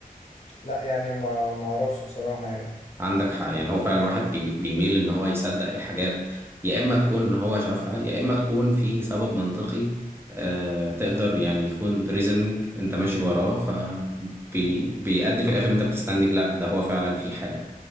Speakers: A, on the left; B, on the right.
A: لا يعني ما ما اعرفش بصراحه يعني
B: عندك حق يعني هو فعلا الواحد بي بيميل ان هو يصدق الحاجات يا اما تكون هو شافها يا اما تكون في سبب منطقي آه تقدر يعني يكون ريزنج انت ماشي وراه فبيأدي في الاخر انت بتستنتج لا ده هو فعلا في حاجة